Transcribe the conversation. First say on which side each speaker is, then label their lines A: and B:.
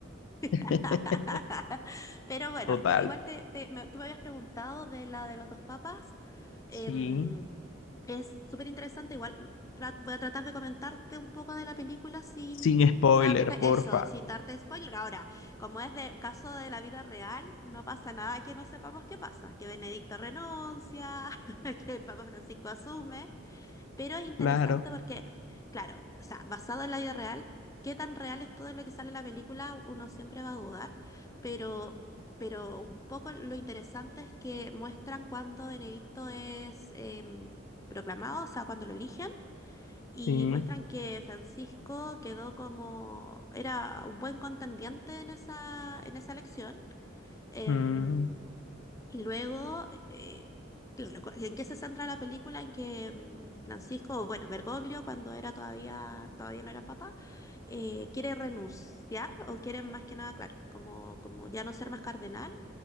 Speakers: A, on the left; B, on the left.
A: <laughs>
B: <laughs>
A: Pero bueno,
B: Total.
A: yo igual te, te- me- tú me habías preguntado de la de los dos papas. Em,
B: Sí,
A: es súper interesante. Igual tra- voy a tratar de comentarte un poco de la película sin
B: sin spoiler,
A: darte
B: porfa.
A: eso, sin darte spoiler. Ahora, como es de caso de la vida real, no pasa nada que no sepamos qué pasa. Que Benedicto renuncia, <laughs> que el Papa Francisco asume. Pero es interesante
B: Claro,
A: porque, claro, o sea, basado en la vida real, qué tan real es todo lo que sale en la película, uno siempre va a dudar, pero, pero un poco lo interesante es que muestran cuando Benedicto es em, proclamado, o sea, cuando lo eligen, y
B: sí.
A: muestran que Francisco quedó como, era un buen contendiente en esa, en esa elección, em,
B: Mm,
A: y luego, eh, claro, cu- ¿en qué se centra la película? En que mm, Francisco, bueno, Bergoglio, cuando era todavía, todavía no era papa, eh, quiere renunciar o quiere más que nada, claro, como, como ya no ser más cardenal